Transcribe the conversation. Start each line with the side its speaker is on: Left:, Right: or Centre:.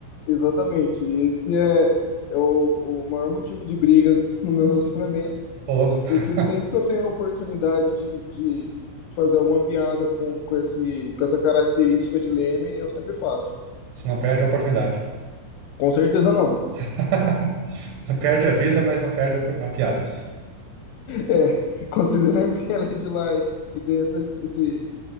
Left: Exatamente. E Esse é, é o, o maior motivo de brigas no meu <laughs> relacionamento,
Right: Ô, louco,
Left: porque sempre
Right: <laughs>
Left: que eu tenho a oportunidade de, de fazer alguma piada com, com esse, com essa característica de Leme, eu sempre faço.
Right: você não perde uma oportunidade.
Left: Com certeza não.
Right: <laughs> Perde a vida, mas não perde a, por- a piada.
Left: É, <laughs> considerando que ela é de lá e e tem essa- esse,